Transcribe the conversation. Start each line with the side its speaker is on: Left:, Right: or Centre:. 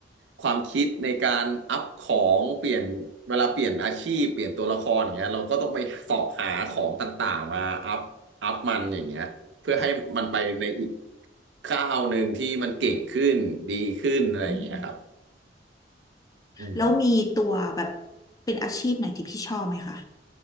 Right: ความคิดในการอัพของเปลี่ยนเวลาเปลี่ยนอาชีพเปลี่ยนตัวละครอย่างเงี้ยเราก็ต้องไปเสาะหาของต่างๆมาอัพอัพมันอย่างเงี้ยเพื่อให้มันไปในอีก
Left: ค่ะ
Right: ก้าวหนึ่งที่มันเก่งขึ้นดีขึ้นอะไรอย่างเงี้ยครับ
Left: อืม
Right: อืม
Left: แล้วมีตัวแบบเป็นอาชีพไหนที่พี่ชอบไหมคะ